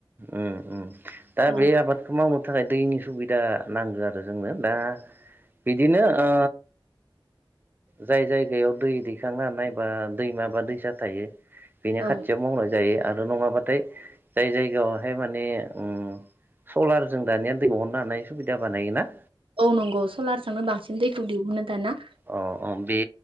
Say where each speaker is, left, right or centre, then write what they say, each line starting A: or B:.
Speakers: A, on the right; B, on the right.
A: उम उम दा
B: औ
A: बे आबादखौ माव मावनो थाखाय दैनि सुबिदा नांगौ आरो जोंनो दा बिदिनो ओ जाय जायगायाव दै दैखांनो हानाय बा दैमा बा दैसा थायो। बेनि
B: औ
A: खाथियाव मावनाय जायो आरो नङाबाथाय जाय जायगायावहाय माने उम सलारजों दानिया दै बहरनो हानाय सुबिदा बानायगोना
B: औ नंगौ सलारजोंनो बांसिन दैखौ दिहुनो दाना।
A: अ अ बे